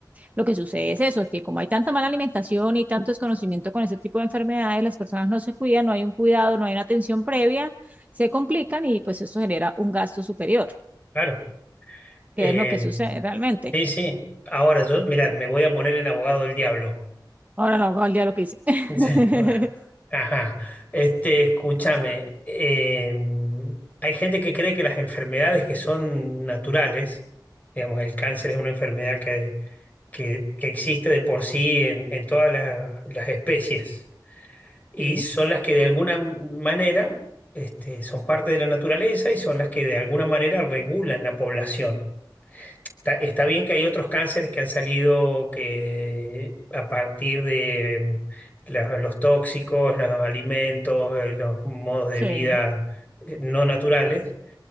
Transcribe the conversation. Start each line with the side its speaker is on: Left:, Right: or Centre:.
Right: lo que sucede es eso, que como hay tanta mala alimentación y tanto desconocimiento con ese tipo de enfermedades, las personas no se cuidan, no hay un cuidado, no hay una atención previa, se complican y pues eso genera un gasto superior,
Left: Claro. Eh,
Right: que es lo que sucede realmente.
Left: sí, sí. Ahora yo, mirá, me voy a poner en abogado del diablo.
Right: Ahora no hago al día lo que hice. <laughs>
Left: Sí, bueno. Ajá. Este, escúchame, em, hay gente que cree que las enfermedades que son naturales, digamos, el cáncer es una enfermedad que, que, que existe de por sí en, en todas las, las especies y
Right: Sí,
Left: son las que de alguna manera, este, son parte de la naturaleza y son las que de alguna manera regulan la población. Está, está bien que hay otros cánceres que han salido que a partir de la- los tóxicos, los alimentos, eh, los modos de
Right: sí.
Left: vida eh, no naturales,